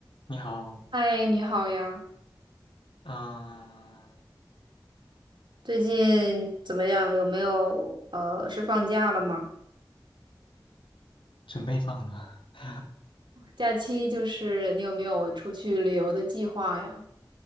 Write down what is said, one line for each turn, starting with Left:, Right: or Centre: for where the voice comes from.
Left: 你好，
Right: 嗨，你好呀，
Left: 嗯、
Right: 最近怎么样？有没有呃，是放假了吗？
Left: 准备放了，<laughs>
Right: 假期就是你有没有出去旅游的计划呀？